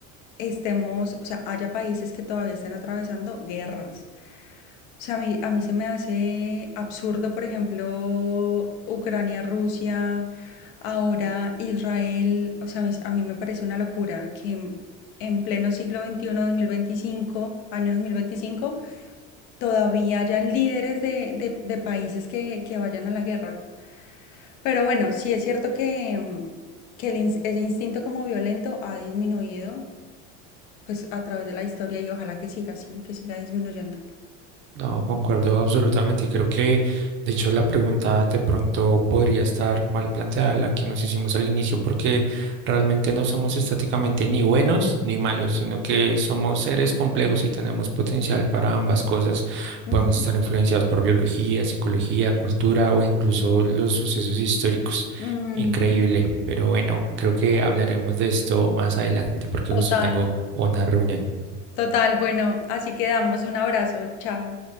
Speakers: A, on the left; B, on the right.
A: estemos, o sea, haya países que todavía estén atravesando guerras sea, a mí, a mí se me hace absurdo, por ejemplo, Ucrania, Rusia, ahora Israel. O sea, a mí, a mí me parece una locura que en, en pleno siglo veintiuno dos mil veinticinco año 2025 todavía hayan líderes de, de- de países que, que vayan a la guerra. Pero bueno, sí es cierto que, mm, que el ins- ese instinto como violento ha disminuido, pues a través de la historia y ojalá que siga así, que siga disminuyendo.
B: No, concuerdo absolutamente y creo que de hecho la pregunta de pronto podría estar mal planteada la que nos hicimos al inicio porque realmente no somos estáticamente ni buenos ni malos, sino que somos seres complejos y tenemos potencial para ambas cosas.
A: Ujú.
B: Podemos estar influenciados por biología, psicología, cultura o incluso los sucesos históricos.
A: Ujú.
B: Increíble, pero bueno, creo que hablaremos de esto más adelante porque
A: Total.
B: justo tengo una reunión.
A: Total, bueno, así quedamos. Un abrazo, chao.